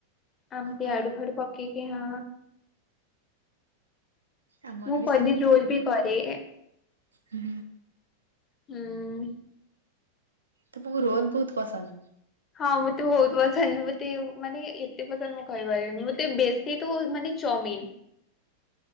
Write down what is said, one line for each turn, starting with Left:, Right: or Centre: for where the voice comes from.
Left: ଏମତି
Right: ହଁ
Left: ଆଡୁ ଫାଡୁ ପକେଇକି ହଁ।
Right: ଆମର
Left: ମୁଁ
Right: ବି
Left: ପନିର ରୋଲ ବି କରେ।
Right: ହୁଁ।
Left: ହୁଁ।
Right: ତମକୁ ରୋଲ ବହୁତ ପସନ୍ଦ?
Left: ହଁ ମତେ ବହୁତ ପସନ୍ଦ ମତେ ମାନେ ଏତେ ପସନ୍ଦ ମୁଁ କହିପାରିବିନି ମତେ ବେଶ୍ କିନ୍ତୁ ମାନେ ଚୌମିନ।